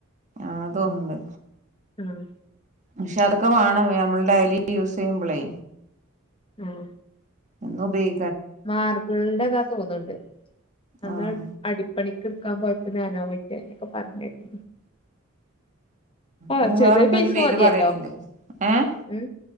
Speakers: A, on the right; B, on the left.
A: ആ തോന്നണ്ട്.
B: ആഹ്
A: പക്ഷെ അതൊക്കെ വേണം നമ്മൾ ഡൈലി യൂസ് ചെയ്യുമ്പോളേ
B: ആഹ
A: എന്നുപയേ
B: മാർബിൾന്റെ തോന്നുന്നുണ്ട്. എന്നാൽ
A: ആഹ്
B: അടിപ്പണി കിക്കാൻ പോഴത്തി അനോ പട്ടനൊക്കെ പറഞ്ഞട്ടി. ആഓ
A: അതിന്
B: ചെറിയ
A: വേറെന്തോ
B: പീസ്
A: ഒരു പേര്
B: മതിയല്ലോ.
A: പറയലുണ്ട് ഏഹ്
B: ഉം